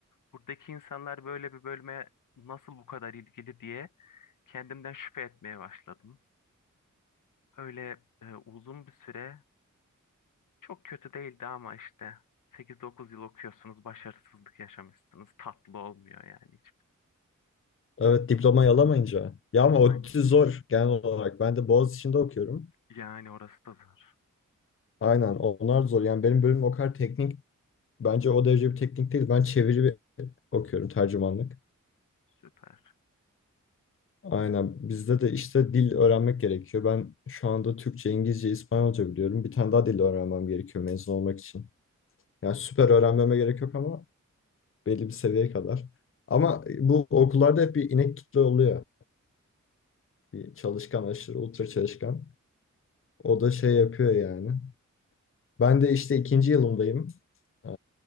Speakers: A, on the left (about 85°); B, on the left (about 45°).
A: buradaki insanlar böyle bir bölüme nasıl bu kadar ilgili diye kendimden şüphe etmeye başladım. Öyle e, uzun bir süre çok kötü değildi ama işte 8-9 yıl okuyorsunuz, başarısızlık yaşamışsınız. Tatlı olmuyor yani hiç.
B: Evet diplomayı alamayınca. Ya ama ODTÜ
A: Aynen.
B: zor genel olarak. Ben de Boğaziçi'nde okuyorum.
A: Yani orası da zor.
B: Aynen onlar zor. Yani benim bölüm o kadar teknik Bence o derece bir teknik değil. Ben çeviri bir okuyorum tercümanlık.
A: Süper.
B: Aynen bizde de işte dil öğrenmek gerekiyor. Ben şu anda Türkçe, İngilizce, İspanyolca biliyorum. Bir tane daha dil öğrenmem gerekiyor mezun olmak için. Yani süper öğrenmeme gerek yok ama belli bir seviyeye kadar. Ama bu okullarda hep bir inek kitle oluyor. Bir çalışkan, aşırı ultra çalışkan. O da şey yapıyor yani. Ben de işte ikinci yılımdayım. Ee,